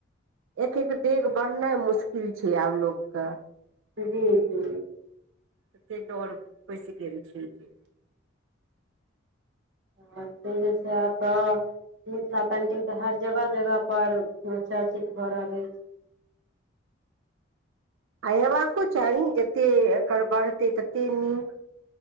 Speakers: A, on the right; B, on the right.
A: एक एक डेग बढ़नाइ मुश्किल छैय आब लोकके।
B: जी जी
A: तते डडर बैसी गेल छैय के
B: ह से जे छैय आब तऽ मिथिला पेन्टिंग त हर जगह जगहपर चर्चित भऽ रहल अछि। <inaudible>
A: हेबाको चाही जते एकर बढ़तै ततेक नीक